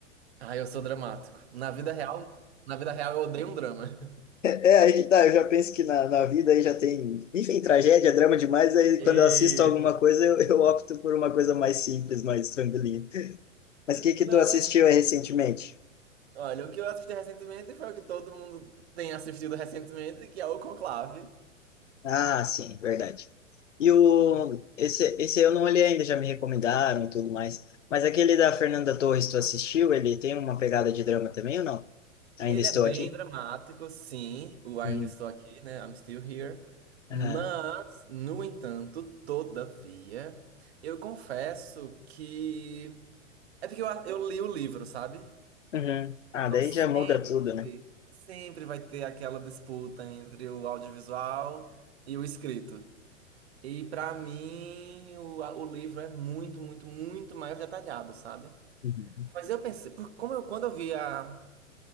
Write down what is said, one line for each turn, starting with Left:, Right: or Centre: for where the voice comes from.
Right: Ah, eu sou dramático. Na vida real, na vida real eu odeio um drama. <laughs>
Left: É, aí que tá, eu já penso que na, na vida aí já tem, enfim, tragédia, drama demais, aí
Right: E
Left: quando eu assisto alguma coisa eu, eu opto por uma coisa mais simples, mais tranquilinha. Mas o que que
Right: não,
Left: tu assistiu
Right: mas
Left: aí recentemente?
Right: olha, o que eu assisti recentemente foi o que todo mundo tem assistido recentemente, que é o Conclave.
Left: Ah, sim, verdade. E o,
Right: O Conclave.
Left: esse, esse eu não olhei ainda, já me recomendaram e tudo mais, mas aquele da Fernanda Torres, tu assistiu? Ele tem uma pegada de drama também ou não? Ainda
Right: Ele
Left: estou
Right: é bem
Left: aqui?
Right: dramático, sim, o Ainda
Left: Uhum.
Right: Estou Aqui, né? I'm Still Here. Mas,
Left: Aham.
Right: no entanto, todavia, eu confesso que. É porque eu, a- eu li o livro, sabe?
Left: Uhum. Ah,
Right: Então
Left: daí
Right: sempre,
Left: já muda tudo, né?
Right: sempre vai ter aquela disputa entre o audiovisual e o escrito. E pra mim, o, a- o livro é muito, muito, muito mais detalhado, sabe?
Left: Uhum.
Right: Mas eu pensei, por- como eu, quando eu vi a